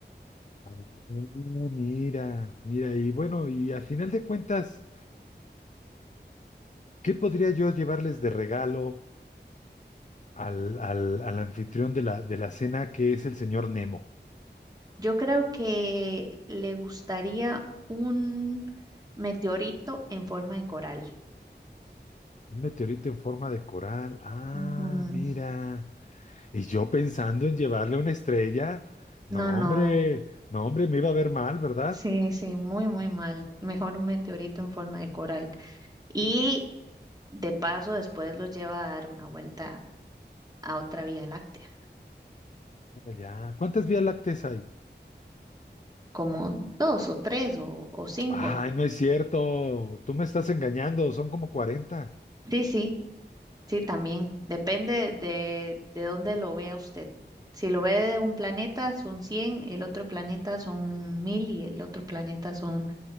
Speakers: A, on the left; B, on the right.
A: Ah, Mira, mira, y bueno, y a final de cuentas, ¿qué podría yo llevarles de regalo al, al, al anfitrión de la, de la cena que es el señor Nemo?
B: Yo creo que le gustaría un meteorito en forma de coral.
A: Un meteorito en forma de coral. Ah,
B: Ujú,
A: mira. Y yo pensando en llevarle una estrella, no
B: No, no.
A: hombre, no hombre, me iba a ver mal, ¿verdad?
B: Sí, sí, muy, muy mal. Mejor un meteorito en forma de coral. Y de paso, después lo lleva a dar una vuelta a otra vía láctea,
A: Ya, ¿cuántas vías lácteas hay?
B: como dos o tres o, o cinco.
A: Ay, no es cierto, tú me estás engañando, son como cuarenta
B: Sí, sí, sí, también. Depende de, de dónde lo vea usted. Si lo ve de un planeta son 100, el otro planeta son 1000 y el otro planeta son